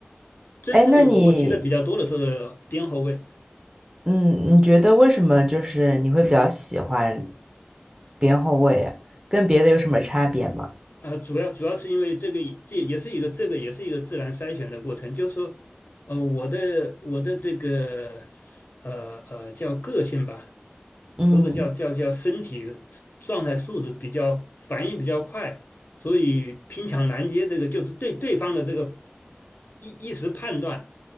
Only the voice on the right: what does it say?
哎，那你嗯，你觉得为什么就是你会比较喜欢边后卫啊？跟别的有什么差别吗？
嗯